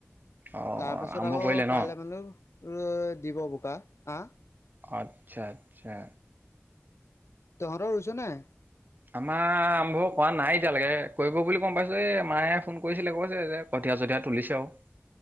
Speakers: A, on the right; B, on the left.
A: অ
B: তাৰ পাছত
A: আৰম্ভ
B: আকৌ
A: কৰিলে ন
B: কাইলৈ মানে দিব বোকা আহ
A: আচ্ছা আচ্ছা।
B: তহঁতৰ ৰুইছেনে নাই?
A: আমাৰ আৰম্ভ কৰা নাই এতিয়ালৈকে, কৰিব বুলি গম পাইছো এই মায়ে ফোন কৰিছিলে কইছে যে কঠীয়া চঠীয়া তুলিছে আৰু।